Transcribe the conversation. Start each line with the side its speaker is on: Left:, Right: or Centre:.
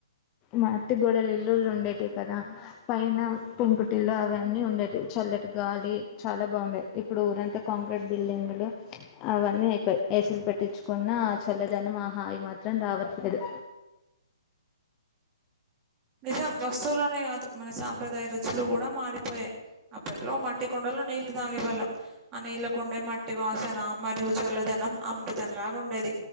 Left: మట్టి గోడలు ఇల్లులు ఉండేటివి కదా పైన పెంకుటిల్లు అవన్నీ ఉండేటివి చల్లట్ గాలి చాలా బాగుండేది ఇప్పుడు ఊరంతా కాంక్రీట్ బిల్డింగ్లు అవన్నీ అయిపోయయి ఏసి లు పెట్టించుకున్నా చల్లదనం ఆ హాయి మాత్రం రావట్లేదు
Right: నిజం వస్తువులోనే కాదు మన సాంప్రదాయ రుచులు కూడా మారి పోయాయి అప్పట్లో మట్టి కుండలో నీళ్ళలు తాగేవాళ్ళం ఆ నీళ్ళ కుండే మట్టి వాసన మరియు చల్లదనం అమృతంలాగా ఉండేది